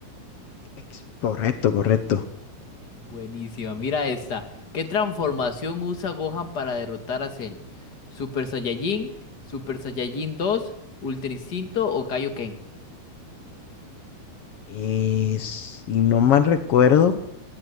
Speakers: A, on the left; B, on the left.
A: ex- correcto, correcto.
B: Buenísima, mira esta. ¿Qué transformación usa Gohan para derrotar a Cell? ¿Super Saiyajin, Super Saiyajin dos Ultra Instinto o Kaioken?
A: Eh, si no mal recuerdo,